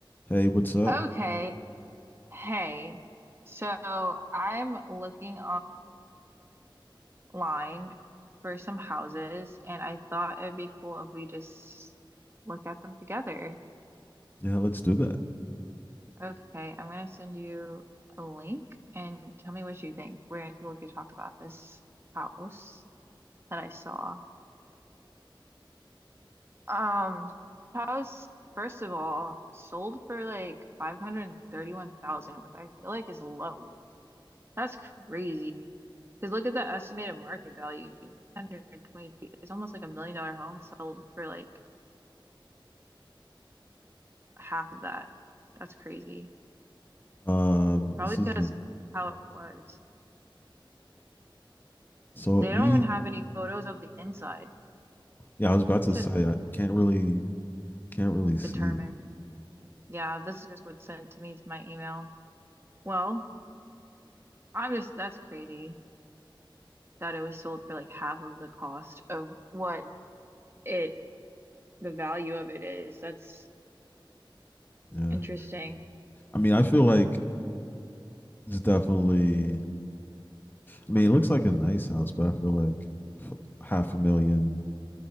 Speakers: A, on the left; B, on the right.
A: Hey, what's up?
B: Okay. Hey. So I'm looking online for some houses, and I thought it'd be cool if we just looked at them together.
A: Yeah, let's do that.
B: Okay, I'm gonna send you a link and tell me what you think. We're we'll get to talk about this house that I saw. Um, house, first of all, sold for like 531,000, which I feel like is low. That's crazy. Because look at the estimated market value, 120 feet. It's almost like a million dollar home sold for like half of that. That's crazy.
A: Um,
B: Probably
A: this is
B: because
A: a,
B: how it was.
A: so
B: They
A: e
B: don't even have any photos of the inside.
A: yeah, I was about to
B: It said
A: say I can't really can't really see
B: determine.
A: it.
B: Yeah, this is just what's sent to me to my email. Well, I'm just, that's crazy that it was sold for like half of the cost of what it, the value of it is. That's
A: Yeah.
B: interesting.
A: I mean, I feel like it's definitely I mean, it looks like a nice house, but I feel like f- half a million